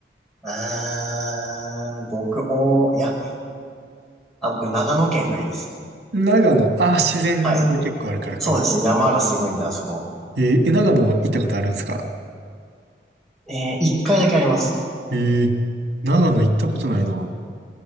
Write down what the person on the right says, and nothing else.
長野、あ、自然が結構あるからかな。
えーえ長野行ったことあるんですか
えー長野行ったことないな。